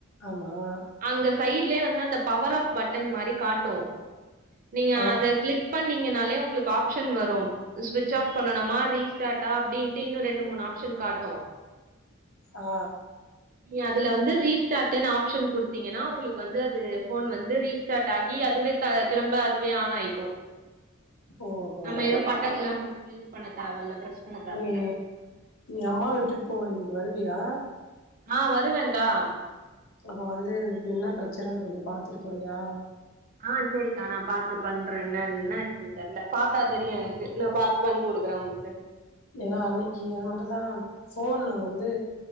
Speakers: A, on the left; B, on the right.
A: ஆமாவா
B: அங்க சைடுலயே வந்து அந்த பவர் ஆஃப் பட்டன் மாரி காட்டு நீங்க
A: ஆ
B: அத க்ளிக் பண்ணீங்கன்னாலே உங்களுக்கு ஆப்ஷன் வ ரு சுவிச் ஆஃப் பண்ணனுமா ரீஸ்டார்ட்டா அப்டின்ட்டு இன்னு ரெண்டு மூனு ஆப்ஷன் காட்டு
A: ஆ
B: நீ அதுல வந்து ரீஸ்டார்ட்னு ஆ ப்ஷன் குடுத்தீங்கன்னா உங்களுக்கு வந்து அது போன் வந்து ரீஸ்டார்ட் ஆகி அதுவே திரும்ப அதுவே ஆன் ஆய்க்கு
A: ஓஹோ
B: நம்ம எது பட்டன் எல்லா போட்டு இது பண்ண தேவ இல்ல ப்ரெஷ் பண்ண தேவயில்ல
A: நீ நீ அம்மா வீட்டு போவ இன்னைக்கு வருவியா
B: ஆ வருவன்க்கா
A: அப்ப வந்து என்ன பிரச்சனன்னு கொஞ்சொ பாத்துட்டு போறியா
B: ஆ சரிக்கா நா பாத்து பண்றன் என்னன்னு என்னாச்சுனு தெர்ல பாத்தா தெரியு என க்கு நா பாத்து பண்ணி குடுக்குற ஒங்ளுக்கு
A: ஏனா அன்னக்கி அது மாரிதா ஃபோனு வந்து